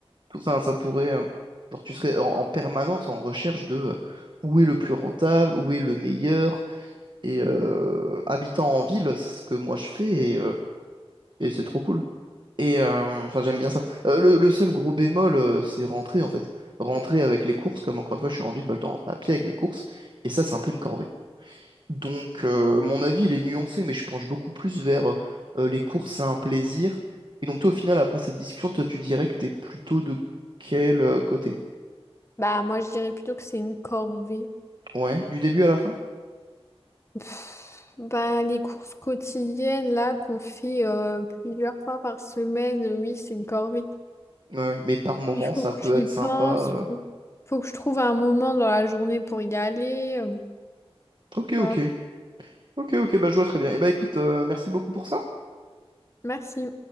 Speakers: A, on the right (about 50°); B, on the left (about 25°).
A: tout- Enfin, ça pourrait... euh, genre, tu serais en, en permanence en recherche de euh, où est le plus rentable, où est le meilleur, et euh, habitant en ville, c'est ce que moi je fais, et, euh, et c'est trop cool. Et, euh, enfin, j'aime bien ça. Euh, le, le seul gros bémol, euh, c'est rentrer, en fait. Rentrer avec les courses, comme encore une fois, je suis en ville, bah, je dois rentrer à pied avec mes courses, et ça, c'est un peu une corvée. Donc, euh, mon avis, il est nuancé, mais je penche beaucoup plus vers euh, les courses, c'est un plaisir. Et donc, toi, au final, après cette discussion, toi, tu dirais que t'es plutôt de quel euh, côté?
B: Bah, moi, je dirais plutôt que c'est une corvée.
A: Ouais, du début à la fin?
B: Pff, Bah, les courses quotidiennes là qu'on fait euh, plusieurs fois par semaine, euh, oui, c'est une corvée.
A: Ouais, ouais. mais par moment,
B: Il faut
A: ça
B: que
A: peut
B: j'y
A: être sympa.
B: pense,
A: euh.
B: faut, faut que je trouve un moment dans la journée pour y aller, euh,
A: Ok,
B: tu
A: ok.
B: vois.
A: Ok, ok, bah je vois très bien. Et bah écoute, euh, merci beaucoup pour ça.
B: Merci.